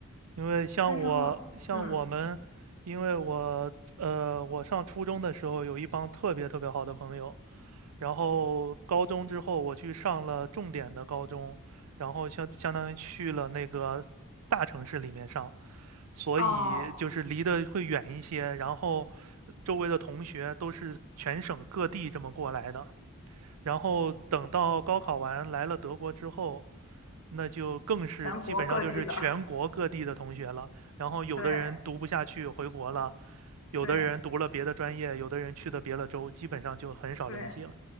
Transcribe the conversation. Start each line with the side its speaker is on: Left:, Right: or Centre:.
Right: 因为像我像我们，
Left: 但是后嗯
Right: 因为我呃我上初中的时候有一帮特别特别好的朋友，然后高中之后我去上了重点的高中，然后相相当于去了那个大城市里面上，所以就是离得会远一些，
Left: 哦，
Right: 然后周围的同学都是全省各地这么过来的，然后等到高考完来了德国之后，那就更是基本上就是全国各地的同学了。
Left: 全国各地的，
Right: 然后有的人读不下去回国了，
Left: <laughs> 对
Right: 有的人读了别的专业，
Left: 对
Right: 有的人去的别的州，基本上就很少联系了。
Left: 对